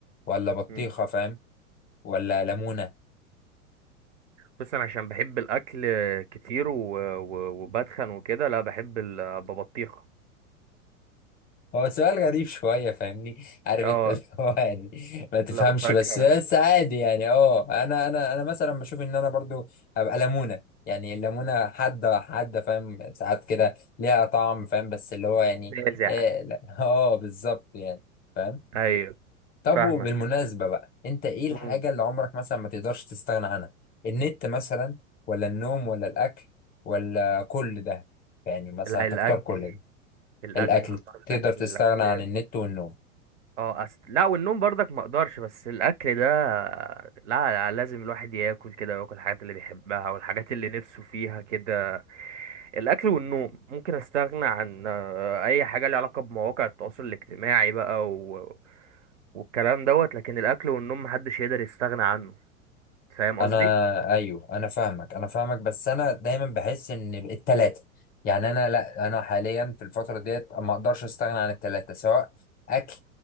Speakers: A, on the left (about 20°); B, on the right (about 55°).
A: ولا بطيخة
B: ده
A: فاهم ولا ليمونة
B: بس انا عشان بحب الاكل كتير و... و... وبتخن وكده لا بحب ال- ببطيخه
A: هو سؤال غريب شوية فاهمني عارف
B: اه
A: انت اللي هو يعني ما تفهمش
B: لو فاكهه
A: بس بس عادي يعني اه انا انا انا مثلا بشوف ان انا برضو هبقى ليمونة يعني الليمونة حادة حادة فاهم ساعات كده ليها طعم فاهم بس اللي هو يعني
B: نازع
A: اه لا، آه، بالظبط يعني فاهم
B: ايوه
A: طب
B: فاهمك
A: وبالمناسبة بقى انت ايه الحاجة
B: مم.
A: اللي عمرك مثلا ما تقدرش تستغنى عنها النت مثلا ولا النوم ولا الاكل ولا كل ده يعني مثلا
B: لا
A: تختار
B: الاكل
A: كل ده
B: الاكل
A: الاكل
B: اختار الاكل
A: تقدر تستغنى
B: الاكل
A: عن النت والنوم
B: اه أست... لا والنوم برضك ما اقدرش بس الاكل ده لا, لا لازم الواحد ياكل كده وياكل الحاجات اللي بيحبها والحاجات اللي نفسه فيها كده الاكل والنوم ممكن استغنى عن آه، اي حاجه ليها علاقه بمواقع التواصل الاجتماعي بقى و... والكلام دوت لكن الاكل والنوم محدش يقدر يستغنى عنه فاهم
A: انا
B: قصدي
A: ايوه انا فاهمك انا فاهمك بس انا دايما بحس ان التلاتة يعني انا لا انا حاليا في الفتره ديت ما اقدرش استغنى عن التلاتة سواء اكل